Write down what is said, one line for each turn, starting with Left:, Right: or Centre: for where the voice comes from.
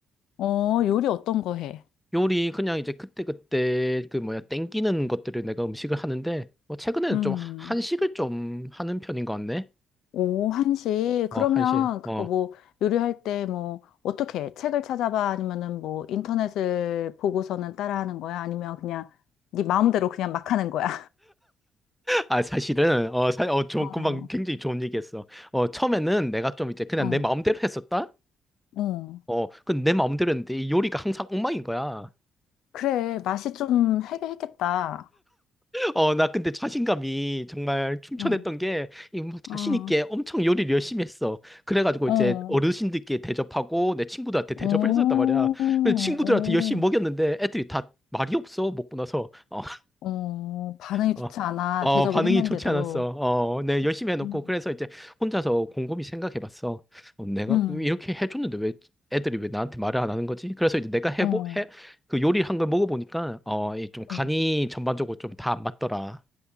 Left: 어, 요리 어떤 거 해?
Centre: 요리, 그냥 이제 그때그때 그 뭐야, 땡기는 것들을 내가 음식을 하는데, 뭐, 최근에는
Left: 음.
Centre: 좀 한식을 좀 하는 편인 것 같네.
Left: 오, 한식.
Centre: 어,
Left: 그러면
Centre: 한식.
Left: 그거
Centre: 어.
Left: 뭐 요리할 때 뭐 어떻게 해? 책을 찾아봐? 아니면은 뭐 인터넷을 보고서는 따라하는 거야? 아니면 그냥 네 마음대로 그냥 막 하는 거야?
Centre: 아, 사실은, 어, 사, 어, 좀
Left: <laughs> 어,
Centre: 금방 굉장히 좋은 얘기했어. 어, 처음에는 내가 좀 이제 그냥
Left: 어.
Centre: 내 마음대로 했었다?
Left: 어.
Centre: 어, 근데 내 마음대로 했는데 이 요리가 항상 엉망인 거야.
Left: 그래, 맛이 좀 해결했겠다.
Centre: 어, 나 근데 자신감이 정말 충천했던
Left: 어,
Centre: 게, 이뭐 자신
Left: 어,
Centre: 있게 엄청 요리를 열심히 했어. 그래가지고
Left: 어,
Centre: 이제 어르신들께 대접하고 내 친구들한테 대접을
Left: 오,
Centre: 했었단 말이야. 근데 친구들한테
Left: 오,
Centre: 열심히 먹였는데 애들이 다 말이 없어, 먹고 나서. 어,
Left: 어, 반응이
Centre: 어,
Left: 좋지 않아.
Centre: 어,
Left: 대접을
Centre: 반응이
Left: 했는데도.
Centre: 좋지 않았어. 어, 네, 열심히 해놓고,
Left: 음.
Centre: 그래서 이제 혼자서 곰곰이 생각해봤어. 어, 내가
Left: 음,
Centre: 이렇게 해줬는데 왜 애들이 왜 나한테 말을 안 하는 거지? 그래서 이제 내가 해보,
Left: 어,
Centre: 해, 그 요리를 한 걸 먹어보니까, 어, 이 좀 간이
Left: 음.
Centre: 전반적으로 좀 다 안 맞더라.